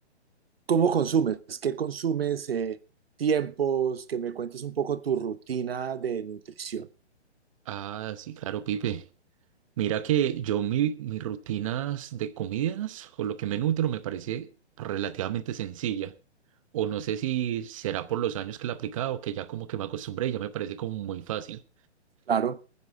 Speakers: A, on the right; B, on the right.
A: ¿Cómo consumes? ¿Qué consumes? eh, tiempos, que me cuentes un poco tu rutina de nutrición.
B: Ah, sí, claro, Pipe. Mira que yo mi, mis rutinas de comidas o lo que me nutro me parece relativamente sencilla. O no sé si será por los años que la he aplicado, que ya como que me acostumbré y ya me parece como muy fácil.
A: Claro,